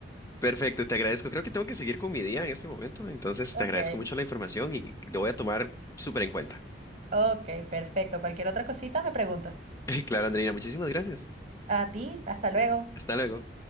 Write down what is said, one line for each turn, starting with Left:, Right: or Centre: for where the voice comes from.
Left: Perfecto, te agradezco. Creo que tengo que seguir con mi día en este momento, entonces
Right: Ok.
Left: te agradezco mucho la información y lo voy a tomar súper en cuenta.
Right: Ok, perfecto. Cualquier otra cosita me preguntas.
Left: <laughs> Claro, Andreina, muchísimas gracias.
Right: A ti, hasta luego.
Left: Hasta luego.